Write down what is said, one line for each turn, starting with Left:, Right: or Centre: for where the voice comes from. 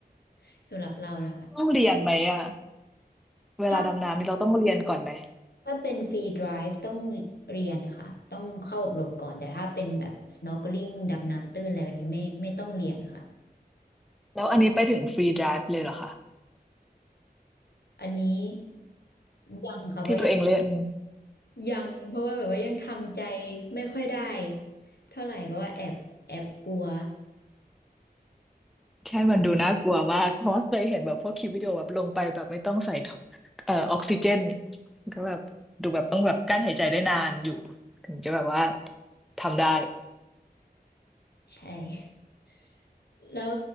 Left: <laughs> สำหรับเรานะคะ
Centre: ต้องเรียนไหมอะเวลาดำน้ำนี่เราต้องเรียนก่อนไหม
Left: ถ้าถ้าเป็นฟรีไดฟ์ต้องเรียนค่ะต้องเข้าอบรมก่อนแต่ถ้าเป็นแบบ snorkeling ดำน้ำตื้นอะไรแบบนี้ไม่ไม่ต้องเรียนค่ะ
Centre: แล้วอันนี้ไปถึงฟรีไดฟ์เลยเหรอคะ
Left: อันนี้ยังค่ะเพราะยัง
Centre: ที่ตัวเองเล่น
Left: ยังเพราะว่าแบบว่ายังทำใจไม่ค่อยได้เท่าไหร่เพราะว่าแอบแอบกลัว
Centre: ใช่มันดูน่ากลัวมากเพราะว่าเคยเห็นแบบพวกคลิปวิดีโอแบบลงไปแบบไม่ต้องใส่ท่อเอ่อออกซิเจนก็แบบดูแบบต้องแบบกั้นหายใจได้นานอยู่ถึงจะแบบว่าทำได้
Left: ใช่ <laughs> แล้ว